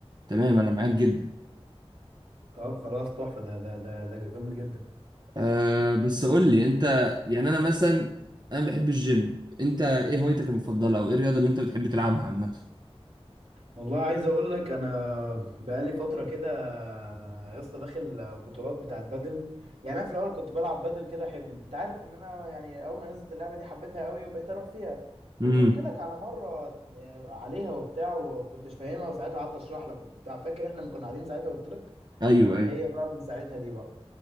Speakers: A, on the right (about 40°); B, on the right (about 75°).
A: تمام انا معاك جدا
B: طب خلاص تحفة ده ده ده ده جامد جدا
A: أه بس قول لي انت يعني انا مثلا انا بحب الجيم انت ايه هوايتك المفضلة او ايه الرياضة اللي انت بتحب تلعبها عامة
B: والله عايز اقول لك انا بقالي فتره كده يا اسطى داخل بطولات بتاعت بدل يعني انا في الاول كنت بلعب بدل كده احب انت عارف ان انا يعني اول ما نزلت اللعبه دي حبيتها قوي وبقيت اروح فيها كنت
A: امم
B: قلت لك على مره آه، عليها وبتاع وكنتش فاهمها وساعتها قعدت اشرح لك وبتاع فاكر احنا ما كنا قاعدين ساعتها قلت لك
A: ايوه ايوه
B: هي بقى من ساعتها دي بقى